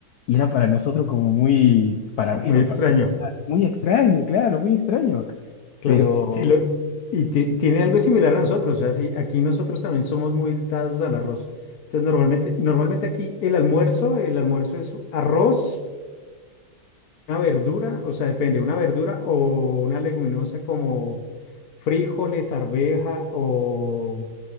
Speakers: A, on the left; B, on the left.
A: Y era para nosotros como muy, para mí
B: Muy
A: en lo
B: extraño,
A: particular, muy extraño, claro, muy extraño.
B: claro.
A: Pero
B: Sí, lo, y ti- tiene algo similar a nosotros, o sea, sí, aquí nosotros también somos muy dados al arroz. Entonces, normalmente, normalmente aquí el almuerzo, el almuerzo es arroz. Una verdura, o sea, depende, una verdura o una leguminosa como frijoles, arveja o